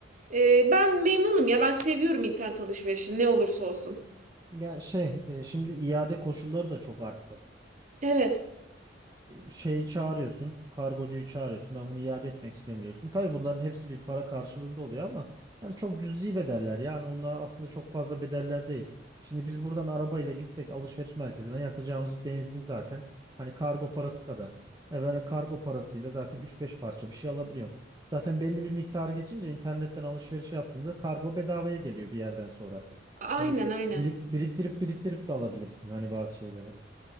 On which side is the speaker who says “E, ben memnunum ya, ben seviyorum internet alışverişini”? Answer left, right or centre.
Right